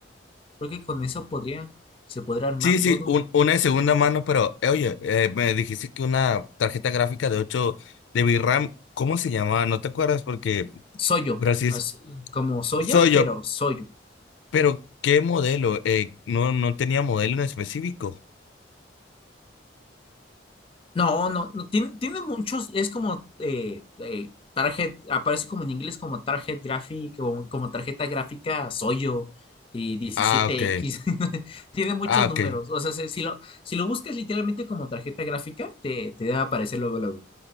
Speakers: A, on the left (about 30°); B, on the left (about 80°).
A: creo que con eso podría, se podría armar
B: sí, sí,
A: todo.
B: un- una de segunda mano, pero eh, oye, eh, me dijiste que una tarjeta gráfica de 8 de VRAM, ¿cómo se llamaba? No te acuerdas porque,
A: Soyo,
B: pero así es,
A: así, como soya,
B: soy yo,
A: pero soyo.
B: pero ¿qué modelo? Eh, no, no tenía modelo en específico.
A: No, no, no, tiene, tiene muchos, es como eh, eh, target, aparece como en inglés como target graphic, como, como tarjeta gráfica Soyo y diecisiete
B: Ah, ok,
A: x <laughs> tiene muchos
B: ah, ok.
A: números, o sea, si, si lo, si lo buscas literalmente como tarjeta gráfica, te, te va aparecer luego, luego.